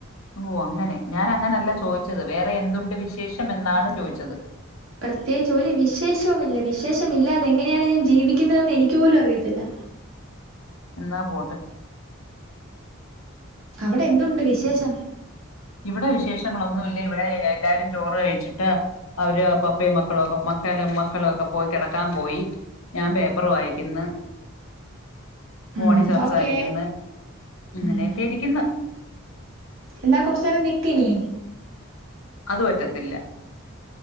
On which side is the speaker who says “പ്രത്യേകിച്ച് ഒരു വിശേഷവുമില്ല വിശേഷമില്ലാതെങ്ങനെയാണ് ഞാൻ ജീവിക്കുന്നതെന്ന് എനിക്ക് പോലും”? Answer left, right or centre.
Right